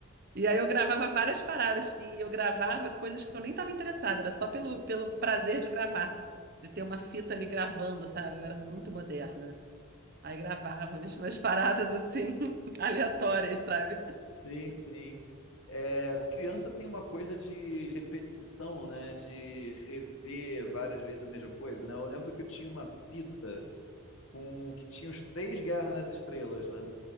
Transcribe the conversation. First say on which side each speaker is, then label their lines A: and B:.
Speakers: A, on the right (about 50°); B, on the left (about 75°).
A: E aí eu gravava várias paradas. E eu gravava coisas que eu nem tava interessada. Era só pelo, pelo prazer de gravar. De ter uma fita ali gravando, sabe? Eu era muito
B: <laughs>
A: moderna. Aí gravava umas umas paradas assim, <laughs> aleatórias, sabe?
B: Sim, sim. É, criança tem uma coisa de repetição, né? De rever várias vezes a mesma coisa, né? Eu lembro que eu tinha uma fita com que tinha os três Guerras nas Estrelas, né?